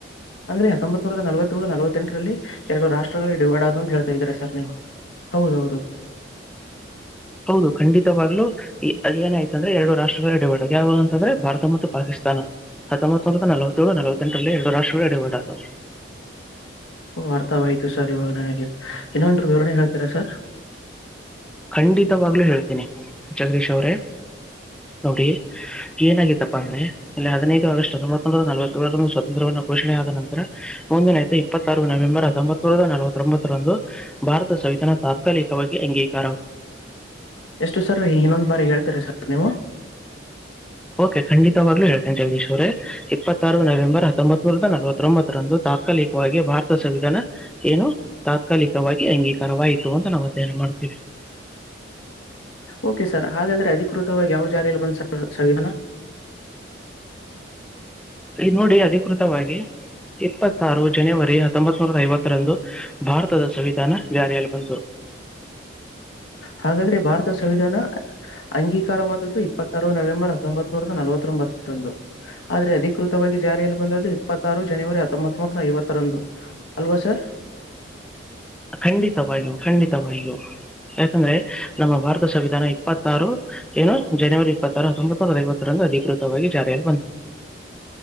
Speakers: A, on the left; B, in the centre.
A: ಅಂದ್ರೆ ಹೊಂಬತ ನೂರದ ನವತ್ತೇಳು ನವತ್ತೆಂಟರಲ್ಲಿ ಎರಡು ರಾಷ್ಟ್ರ ಡಿವೈಡ ಆದು ಅಂತ ಹೇಳ್ತಾ ಇದೀರಾ ಸರ್ ನೀವು ಹೌದೌದು
B: ಹೌದು ಖಂಡಿತವಾಗ್ಲು ಏನಾಯ್ತ ಅಂದ್ರೆ ಎರಡು ರಾಷ್ಟ್ರಗಳು ಡಿವೈಡ ಆದು ಯಾವ ಯಾವ ಅಂತಂದ್ರೆ ಭಾರತ ಮತ್ತು ಪಾಕಿಸ್ತಾನ ಹತ್ತೊಂಬತ್ತು ನೂರದ ನಲವತ್ತೇಳು ನಲವತ್ತೆಂಟು ಎರಡು ರಾಷ್ಟ್ರಗಳು ಡಿವೈಡ ಆದು
A: ವಾರ್ತಾವಾಯ್ತು ಸರ್ ಇವಾಗ ನನಗೆ ಇನ್ನನ್ರು ವಿವರಣೇನ್ ಹೇಳ್ತೀರಾ ಸರ್
B: ಖಂಡಿತವಾಗ್ಲುೂ ಹೇಳ್ತೀನಿ ಜಗದೀಶ್ ಅವ್ರೇ ನೋಡಿ ಏನಾಗತ್ತಪ್ಪಾ ಅಂದ್ರೆ ಇಲ್ಲಿ ಹದಿನೈದು ಆಗಸ್ಟ್ ಹೊಂಬತ್ತು ಒ ನಲವತ್ತೇಳರ ಸ್ವತಂತ್ರವ ಘೋಷಣೆಯ ಆದ ನಂತರ ಮುಂದಿನೈದು ಇಪ್ಪತ್ತಾರು ನವೆಂಬರ್ ಹತ್ತೊಂಬತ್ರ ನಲವತ್ತೊಂಬತ್ತರಂದು ಭಾರತ ಸಂವಿಧಾನ ತಾತ್ಕಾಲಿಕವಾಗಿ ಅಂಗೀಕ
A: ಎಷ್ಟು ಸರ್ ಇನ್ನೊಂದು ಬಾರಿ ಹೇಳ್ತೀರಾ ಸರ್ ನೀವು
B: ಓಕೆ ಖಂಡಿತವಾಗ್ಲೂ ಹೇಳ್ತಿನಿ ಜಗದೀಶ್ವರೆ ಇಪ್ಪತ್ತಾರು ನವೆಂಬರ್ ಹತ್ತೊಂಬತ್ತು ನಲವತ್ತೊಂಬತ್ತರಂದು ತಾತ್ಕಾಲಿಕವಾಗಿ ಭಾರತ ಸಂವಿಧಾನ ಏನು ತಾತ್ಕಾಲಿಕವಾಗಿ ಅಂಗೀ ತರವಾಯ್ತು ಮ ನಾವವು ಅಧ್ಯಯನ ಮಾಡ್ತೀವಿ
A: ಓಕೆ ಸರ್ ಹಾಗಾದ್ರೆ ಅಧಿಕೃತ ಯಾವ ಜಾರ ಬಂದ ಸವಿಧಾನ
B: ಈ ನೋಡಿ ಅಧಿಕೃತವಾಗಿ ಇಪ್ಪತ್ತಾರು ಜನವರಿ ಹತ್ತೊಂಬತ್ತು ಸಾವಿರದ ಐವತ್ತರಂದು ಭಾರತದ ಸಂವಿಧಾನ ಜಾರಿಯಲ್ಲಿ ಬಂತು
A: ಹಾಗಾದ್ರೆ ಭಾರತ ಸಂವಿಧಾನ ಅಂಗೀಕಾರವಾದದ್ದು ಇಪ್ಪತ್ತಾರು ನವೆಂಬರ್ ಹತ್ತೊಂಬತನೂರ ನಲವತ್ತೊಂಬತ್ತರಂದು ಆದ್ರೆ ಅಧಿಕೃತವಾಗಿ ಜಾರಿಯಲ್ಲಿ ಬಂದು ಇಪ್ಪತ್ತಾರು ಜನವರಿ ಹತ್ತೊಂಬತ್ನೂರ ಐವತ್ತರಂದು ಅಲ್ವಾ ಸರ್
B: ಖಂಡಿತವಾಗಿಯೂ ಖಂಡಿತವಾಗಿಯೂ ಯಾಕಂದ್ರೆ ನಮ್ಮ ಭಾರತ ಸಂವಿಧಾನ ಇಪ್ಪತ್ತಾರು ಏನು ಜನವರಿ ಇಪ್ಪತ್ತಾರು ಹೊಂಬತ್ತು ಸಾವರದ ಐವತ್ತರಂದು ಅಧಿಕೃತ ವಾಗಿ ಜಾರ ಎಲ್ಲಿ ಬಂತು